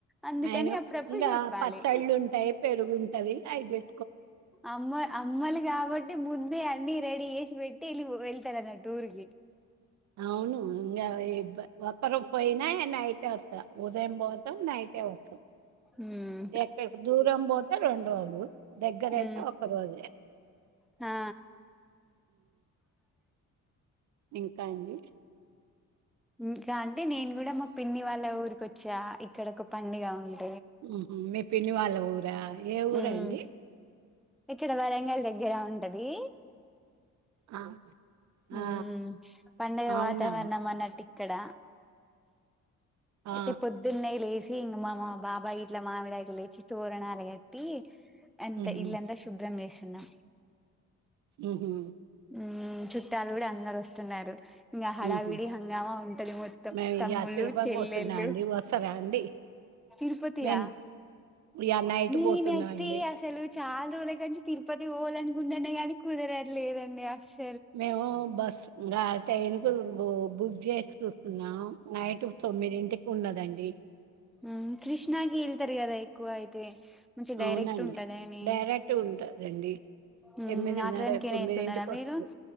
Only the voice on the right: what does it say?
ఐ నో
ఇంకా
పచ్చళ్ళు ఉంటాయి పెరుగుంటది అయిపోయ్
అవును ఇంగ ప ఒక్కరు పోయినా నైట్ వస్తా ఉదయం పోతాం నైటే వస్తాం
ఎక్కక్ దూరం పోతేా రెండు రోజులు దగ్గరైతే
ఒక రోజే.
ఇ కండి
ఉమ్ మీ పిన్ని వాళ్ళ ఊరు వ్య ఏ ఊరండి
ఆ ఆ
అవునా
ఆ
ఉహు
ఊహు
ఉహు
మేము
ఇగ తిరుపతి
పోతున్నా అండి వస్తారా అండి
మేము ఇగ నైట్
పోతున్నా
అండి
మేము బస్ రా ట్రైన్ కు బు బుక్ చేసి చూస్తున్నాం నైట్ తొమ్మిదింటికి ఉన్నదండి
అవునండి
డైరెక్ట్ ఉంటందండి
ఎనిమిదిన్నర
తొమ్మిదింటికి
వస్తుంది